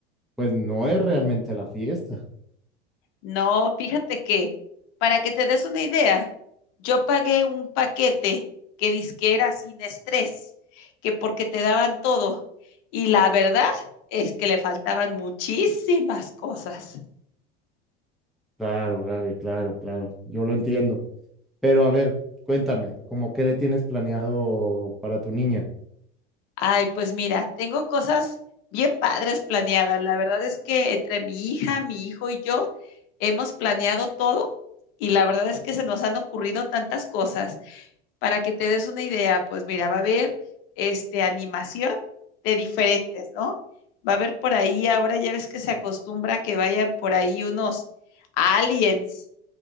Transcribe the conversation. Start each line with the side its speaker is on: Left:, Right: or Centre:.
Centre: pues no es realmente la fiesta.
Left: No, fíjate que, para que te des una idea, yo pagué un paquete que dizque era sin estrés, que porque te daban todo. Y la verdad es que le faltaban muchísimas cosas.
Centre: Claro, Gaby, claro, claro, yo lo entiendo. Pero a ver, cuéntame, ¿cómo qué le tienes planeado para tu niña?
Left: Ay, pues mira, tengo cosas bien padres planeadas. La verdad es que entre mi hija, mi hijo y yo hemos planeado todo y la verdad es que se nos han ocurrido tantas cosas. Para que te des una idea, pues mira, va a haber este, animación de diferentes, ¿no? Va a haber por ahí, ahora ya ves que se acostumbra que vayan por ahí unos aliens